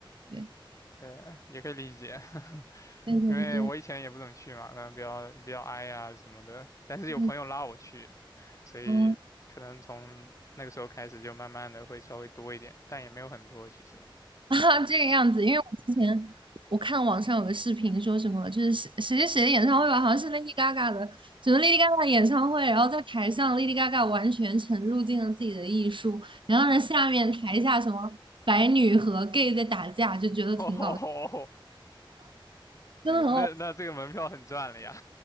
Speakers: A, on the right (about 65°); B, on the left (about 35°).
A: 对，
B: 对，也可以理解。<laughs>
A: 对对对
B: 因为我以前也不怎么去嘛，可能比较比较矮呀什么的，但是有朋友拉我去，
A: 对，
B: 所以可能从那个时候开始就慢慢的会稍微多一点，
A: 好啦
B: 但也没有很多其实。
A: <laughs> 啊，这个样子，因为我之前我看网上有个视频说什么，就是谁谁谁谁的演唱会吧，好像是 Lady Gaga 的，什么 Lady Gaga 演唱会，然后在台上 Lady Gaga 完全沉入进了自己的艺术，然后呢下面台下什么白女和 gay 在打架，就觉得挺搞笑，
B: <laughs> 哦，
A: 真的很好
B: 那那这个门票很赚了呀，